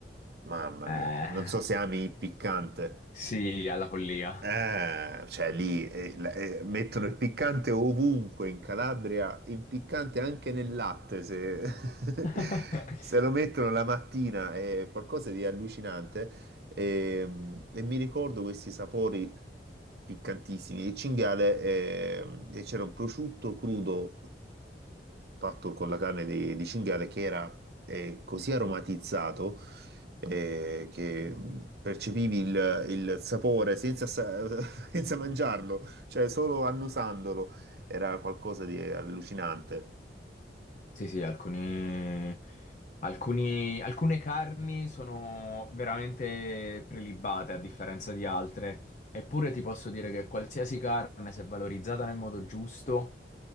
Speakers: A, on the right; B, on the left.
A: mamma
B: Eh.
A: mia, non so se ami il piccante.
B: Sì, alla follia.
A: Eh, cioè lì eh, la- eh, mettono il piccante ovunque in Calabria, il piccante anche nel latte, se,
B: <laughs>
A: <laughs> se lo mettono la mattina è qualcosa di allucinante e, e mi ricordo questi sapori piccantissimi. Il cinghiale eh, e c'era un prosciutto crudo fatto con la carne di, di cinghiale che era eh, così aromatizzato eh, che percepivi il, il sapore senza, sa- <laughs> senza mangiarlo, cioè solo annusandolo. Era qualcosa di allucinante.
B: Sì, sì, alcuni, alcuni- alcune carni sono veramente prelibate a differenza di altre. Eppure ti posso dire che qualsiasi carne, se valorizzata nel modo giusto,